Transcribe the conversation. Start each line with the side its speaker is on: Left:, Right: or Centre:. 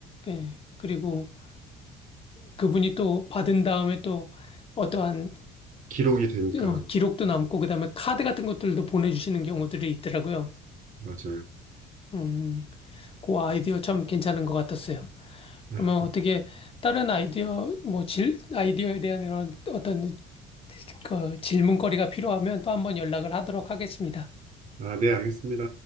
Left: 예, 그리고 그분이 또 받은 다음에 또 어떠한
Right: 기록이 되니까.
Left: 어, 기록도 남고 그다음에 카드 같은 것들도 보내주시는 경우들이 있더라고요.
Right: 맞아요.
Left: 음, 그 아이디어 참 괜찮은 것 같았어요.
Right: 아,
Left: 그러면
Right: 네.
Left: 어떻게 다른 아이디어 뭐 질, 아이디어에 대한 이런 어떤 그 질문거리가 필요하면 또 한번 연락을 하도록 하겠습니다.
Right: 아, 네. 알겠습니다.